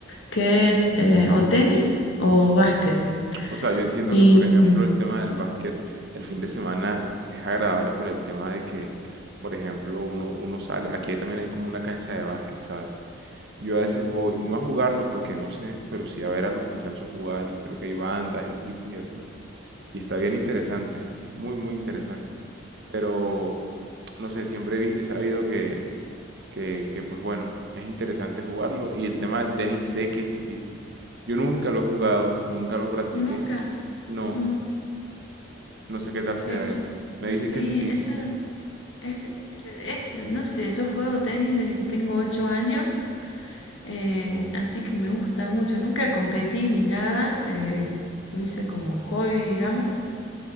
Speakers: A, on the left; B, on the right.
A: que es eh, o tenis o básquet.
B: O sea, yo entiendo
A: Y
B: que, por ejemplo,
A: mm,
B: el tema del básquet, el fin de semana es agradable por el tema de que, por ejemplo, uno, uno sale, aquí también hay como una cancha de básquet, ¿sabes? Yo a veces voy, no a jugarlo porque no sé, pero sí a ver a los muchachos jugar y creo que hay bandas, equipos y así. Y está bien interesante, muy, muy interesante. Pero, no sé, siempre he vi- he sabido que, que, que, pues bueno, es interesante jugarlo. Y el tema del tenis sé que es difícil. Yo nunca lo he jugado, nunca lo practiqué.
A: Nunca.
B: No,
A: mm,
B: no sé qué tal sea
A: es,
B: ese. Me
A: sí,
B: dicen que es difícil.
A: eso es, es- es- no sé, yo juego tenis desde que tengo ocho años, eh, así que me gusta mucho. Nunca competí ni nada, eh, lo hice como hobby, digamos,